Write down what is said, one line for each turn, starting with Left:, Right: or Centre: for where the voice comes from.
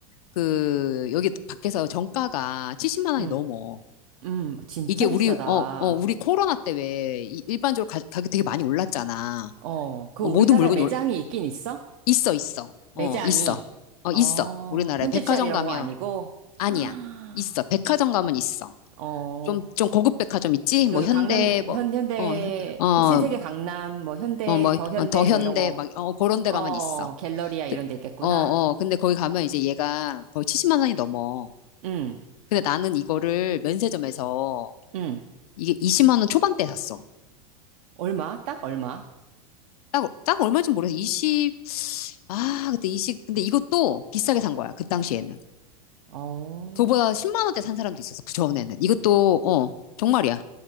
Left: 그 여기 밖에서 정가가 70만 원이
Right: 응,
Left: 넘어.
Right: 음, 진짜
Left: 이게 우리
Right: 비싸다.
Left: 어, 어, 우리 코로나 때 왜 일반적으로 가, 가격 되게 많이 올랐잖아.
Right: 어, 그
Left: 어,
Right: 우리나라에
Left: 모든 물건이
Right: 매장이
Left: 올
Right: 있긴 있어?
Left: 있어, 있어.
Right: 매장이.
Left: 어, 있어. 어,
Right: 어,
Left: 있어. 우리나라에
Right: 편집샵
Left: 백화점
Right: 이런
Left: 가면
Right: 거 아니고? <gasps>
Left: 아니야.
Right: 아,
Left: 있어. 백화점 가면 있어.
Right: 어,
Left: 좀, 좀 고급 백화점 있지?
Right: 그
Left: 뭐, 현대,
Right: 강남,
Left: 뭐,
Right: 현, 현대,
Left: 어, 어,
Right: 신세계 강남, 뭐 현대,
Left: 뭐, 뭐,
Right: 더 현대,
Left: 어, 더 현대,
Right: 뭐 이런 거,
Left: 막, 어, 그런
Right: 어,
Left: 데 가면 있어.
Right: 갤러리아 이런
Left: 그,
Right: 데 있겠구나.
Left: 어, 어, 근데 거기 가면 이제 얘가 거의 70만 원이 넘어.
Right: 응,
Left: 근데 나는 이거를 면세점에서
Right: 응.
Left: 이게 20만 원 초반대 샀어.
Right: 얼마? 딱 얼마?
Left: 딱, 딱 얼마인지 모르겠어. 20, 아, 그때 20, 근데 이것도 비싸게 산 거야. 그 당시에는.
Right: 어.
Left: 그거보다 10만 원대 산 사람도 있었어. 그 전에는. 이것도, 어, 정말이야.